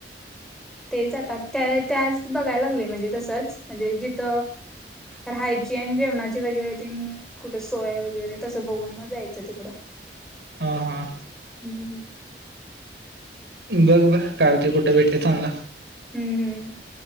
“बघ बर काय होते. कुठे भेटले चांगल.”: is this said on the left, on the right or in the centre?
Right